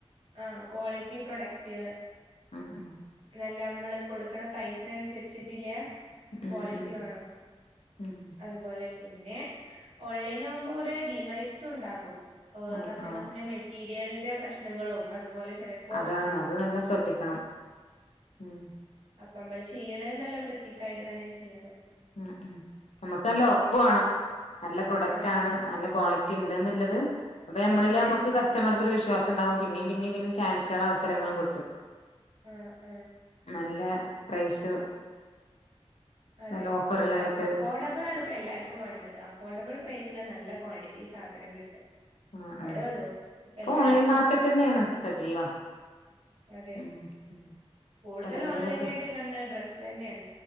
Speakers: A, on the right (about 75°); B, on the left (about 80°).
A: ആ ക്വാളിറ്റി പ്രൊഡക്റ്റ്-
B: ആ ഉ
A: ല്ല നമ്മള് കൊടുക്കണ പൈസിന അനുസരിച്ചിട്ടില്ല- ക്വാളിറ്റി
B: ഉം ഉം
A: വേണം
B: ഉം
A: അതുപോലെ- പിന്നെ ഓൺലൈനാകുമ്പോ കൊറെേ ഡീമെറിറ്റ്സും ഉണ്ടാകും ഓ
B: ആഹ്
A: കസ്റ്റമഴ്സിനെ
B: ആഹ്
A: മെറ്റി- <unintelligible> പ്രശ്നങ്ങളും അതുപോലെ- ചിലപ്പോ
B: അതാണ് അത് നല്ല ശ്രദ്ധിക്കണം ഉം
A: അപ്പ നമ്മൾ ചെയ്യണ നല്ല വൃത്തിക്കായിട്ട് തന്നെ ചെയ്യാണ്
B: ഉം ഉം നമുക്ക് നല്ല ഉറപ്പ് വേണം നല്ല പ്രൊഡക്റ്റ്
A: ആഹ്
B: ആണ് നല്ല ക്വാളി- ണ്ട്ന്നുള്ളത്- അപ്പൊ നമ്മളില്
A: ആഹ് അതെ
B: നമുക്ക് കസ്റ്റമർക്ക ഒരു വിശ്വാ- വിശ്വാസം ഉണ്ടാവും പിന്നെയും പിന്നെയ പിന്നെ ചാൻസുകള അവസരങ്ങളും കിട്ടും
A: ആഹ ആഹ
B: നല്ല പ്രൈസ്-
A: അതെ
B: നല്ല ഓഫറിലായിട്ട്
A: അഫോർഡബിൾ ആണ്- ഇ എല്ലാർക്കും വേണ്ടത് അഫോർഡബിൾ പ്രൈസില് നല്ല ക്വാണ്ടിറ്റി സാധനം കിട്ടും
B: ആ
A: അവിടെ
B: ആ
A: ഉള്ളൂ ഇപ്പ
B: ഇപ്പൊ
A: എല്ലാർക്കുംഉം
B: ഓൺലൈൻ മാർക്കറ്റ് തന്നെയാണ് സജീവ
A: അതെ
B: ഉം ഉം
A: കൂടുതൽ
B: കടകളിലൊക്കെ
A: ഓൺലൈന ആയിട്ട് ക ഡ്ര- അത് തന്നെയാണ്